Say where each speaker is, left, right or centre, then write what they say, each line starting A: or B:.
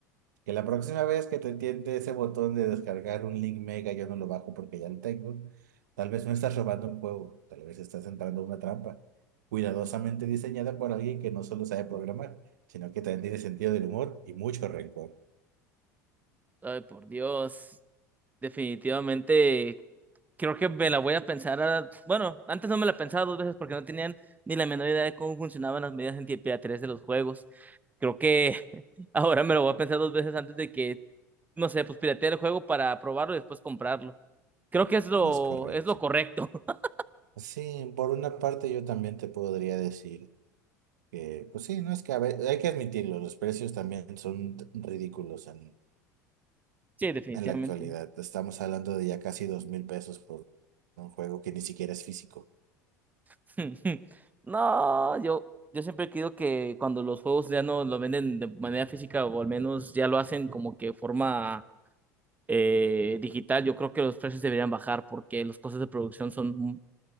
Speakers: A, on the right; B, on the right.
A: Que la próxima vez que te tiente ese botón de descargar un link mega, yo no lo bajo porque ya lo tengo. Tal vez no estás robando un juego, tal vez estás entrando a una trampa, cuidadosamente diseñada por alguien que no solo sabe programar, sino que también tiene sentido del humor y mucho rencor.
B: Ay, por Dios. Definitivamente, creo que me la voy a pensar. a- Bueno, antes no me la pensaba dos veces porque no tenían ni la menor idea de cómo funcionaban las medidas en de los juegos. Creo que <laughs> ahora me lo voy a pensar dos veces antes de que no sé, pues piratear el juego para probarlo y después comprarlo. Creo que es lo,
A: No Es correcto.
B: es lo correcto. <laughs>
A: Sí, por una parte yo también te podría decir que, pues sí, no es que a ve- hay que admitirlo, los precios también son t- ridículos en,
B: Sí, definitivamente.
A: en la actualidad. Estamos hablando de ya casi dos mil pesos por un juego que ni siquiera es físico.
B: <laughs> No, yo, yo siempre he querido que cuando los juegos ya no lo venden de manera física o al menos ya lo hacen como que forma eh, digital, yo creo que los precios deberían bajar porque los costos de producción son